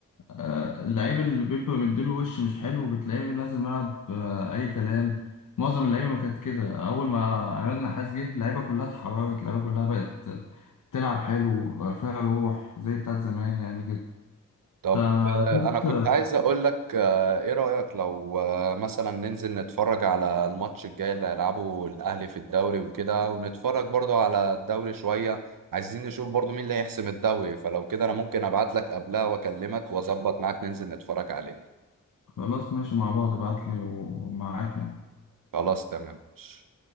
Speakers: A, on the left; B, on the right.
A: آه، اللعيب اللي بيبقى مديله وش مش حلو بتلاقيه نازل ملعب آه، اي كلام معظم اللعيبه ما كانت كده اول ما عماد النحاس جه اللعيبه كلها اتحررت اللعيبه كلها بقت تلعب حلو آه، فيها روح زي بتاعت زمان يعني كده
B: طب
A: انت
B: آه،
A: شفت
B: انا كنت عايز اقول لك آه، ايه رايك لو آه، مثلا ننزل نتفرج على الماتش الجاي اللي هيلعبه الاهلي في الدوري وكده ونتفرج برضو على الدوري شويه عايزين نشوف برضو مين اللي هيحسم الدوري فلو كده انا ممكن ابعت لك قبلها واكلمك واظبط معاك ننزل نتفرج عليه
A: خلاص ماشي مع بعض ابعتلي ومعاك يعني
B: خلاص تمام ماشي